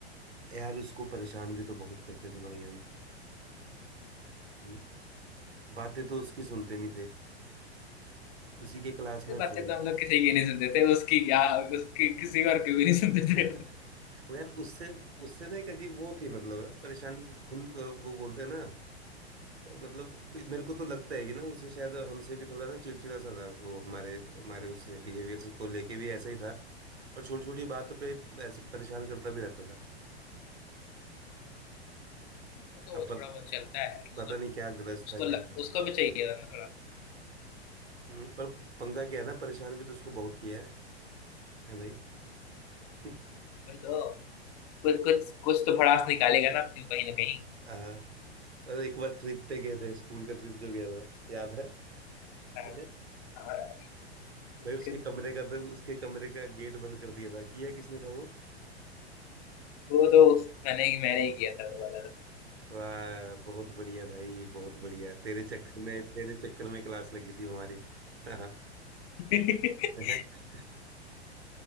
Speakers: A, on the right; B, on the left.
A: यार उसको परेशान भी तो बहुत करते थे भाई हम हम्म, बातें तो उसकी सुनते नहीं थे उसी के क्लास
B: अरे
A: में
B: बातें
A: फोन
B: तो हम लोग किसी की नहीं सुनते थे उसकी क्या उसकी किसी और की भी नहीं सुनते
A: <laughs>
B: थे
A: वो यार उससे उससे ना एक अजीब वो थी मतलब ना परेशानी वो खुन वो बोलते हैं ना मतलब मे- मेरे को तो लगता है कि ना उसे शायद हमसे भी थोड़ा ना चिड़चिड़ा सा था वो हमारे हमारे उसके बिहेवियर को लेके भी ऐसा ही था और छोटी छोटी बातों पे ऐसे परेशान करता भी रहता था
B: वो तो
A: अब पत-
B: थोड़ा बहुत चलता है वो
A: पता
B: तो
A: नहीं क्या ग्रज
B: उसको
A: था
B: ल,
A: क्या
B: उसको भी चाहिए था ना थोड़ा
A: हम्म, पर पंगा क्या है ना परेशान भी तो उसको बहुत किया है है भाई <laughs>
B: वही तो कुछ कुछ कुछ तो भड़ास निकालेगा ना अपनी कहीं ना कहीं
A: हाँ और एक बार ट्रिप पे गए थे स्कूल का ट्रिप जो गया था याद है
B: हाँ,
A: <laughs>
B: हाँ,
A: भाई उसके
B: कि-
A: कमरे का उसके कमरे का गेट बंद कर दिया था किया किसने था वो
B: वो तो उस, मैंने ही मैंने ही किया था वो वाला
A: वाह बहुत बढ़िया भाई बहुत बढ़िया तेरे चक्कर में तेरे चक्कर में क्लास लगी थी हमारी हाँ
B: तो <laughs>
A: <laughs>